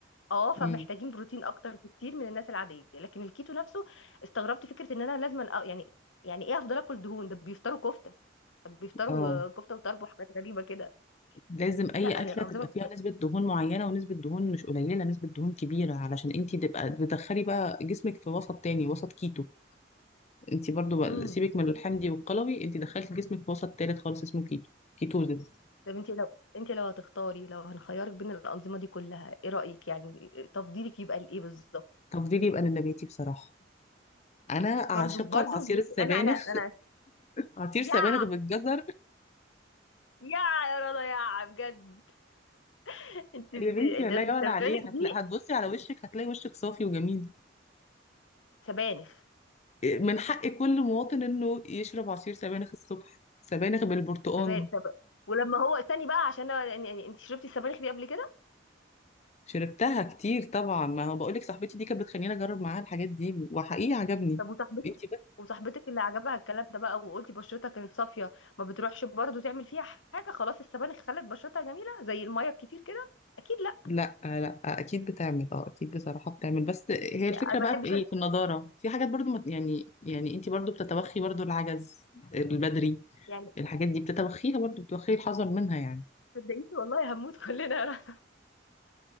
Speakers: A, on the left; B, on the left.
A: اه فمحتاجين
B: امم
A: بروتين اكتر بكتير من الناس العاديه لكن الكيتو نفسه استغربت فكره ان انا لازم أ... يعني يعني ايه افضل اكل دهون ده بيفطروا كفته طب بيفطروا
B: اه
A: آه، كفته وطرب وحاجات غريبه كده
B: لازم اي
A: لا
B: اكله
A: هي الانظمه
B: تبقى فيها نسبه دهون معينه ونسبه دهون مش قليله نسبه دهون كبيره علشان انت تبقى بتدخلي بقى جسمك في وسط تاني وسط كيتو انت برضو بقى
A: الغذائيه
B: سيبك من الحمضي والقلوي انت دخلتي جسمك في وسط تالت خالص اسمه كيتو كيتوزيس
A: طب انت لو انت لو هتختاري لو هنخيرك بين الانظمه دي كلها ايه رايك يعني تفضيلك يبقى لايه بالظبط
B: تفضيلي يبقى للنباتي بصراحه انا
A: برضو
B: عاشقه
A: برضو
B: لعصير السبانخ
A: انا على انا
B: عصير
A: يا
B: سبانخ بالجزر
A: يا يا رضا يا بجد <laughs> انت بت-
B: يا بنتي
A: انت
B: لا
A: السبانخ
B: يعلى عليه
A: دي
B: هتلاقي هتبصي على وشك هتلاقي وشك صافي وجميل
A: سبانخ
B: من حق كل مواطن انه يشرب عصير سبانخ الصبح سبانخ بالبرتقال
A: سبانخ طب ولما هو استني بقى عشان انا يعني يعني انت شربتي السبانخ دي قبل كده
B: شربتها كتير طبعا ما هو بقولك صاحبتي دي كانت بتخليني اجرب معاها الحاجات دي وحقيقي عجبني
A: طب وصاحبتك
B: انتي بس
A: وصاحبتك اللي عجبها الكلام ده بقى وقلتي بشرتها كانت صافيه ما بتروحش برضو تعمل فيها حاجه خلاص السبانخ خلت بشرتها جميله زي الميه الكتير كده اكيد لا
B: لا آه، لا آه، اكيد بتعمل اه اكيد بصراحه بتعمل بس هي الفكره
A: ما
B: بقى
A: بحبش
B: في ايه
A: انا
B: في النضاره في حاجات برضو ما- يعني يعني انتي برضو بتتوخي برضو العجز البدري
A: يعني
B: الحاجات دي بتتوخيها برضو بتوخي الحذر منها يعني
A: صدقيني والله هموت كلنا <laughs> يا رنا